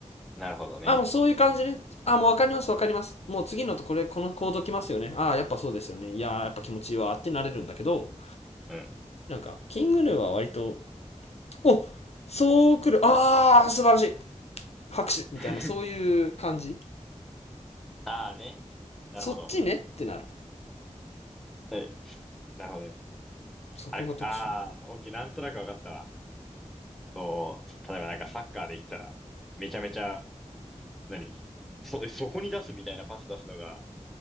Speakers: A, in the centre; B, on the left.
A: なるほどね。
B: ああ、もうそういう感じね。ああ、もうわかりますわかります。もう次のとこれ、このコード来ますよね。ああ、やっぱそうですよね。いやー、やっぱ気持ちいいわってなれるんだけど、
A: うん。
B: なんか、キングヌーは割と、おそう来るああ、素晴らしい拍手みたいな、
A: <laughs>
B: そういう感じ。
A: ああね。なるほど。
B: そっちねってなる。
A: え、なるほどね。
B: そこが特殊。
A: あれ、ああ、オッケー、OK なんとなくわかったわ。こう、例えばなんかサッカーで言ったら、めちゃめちゃ、何そ、そこに出すみたいなパス出すのが、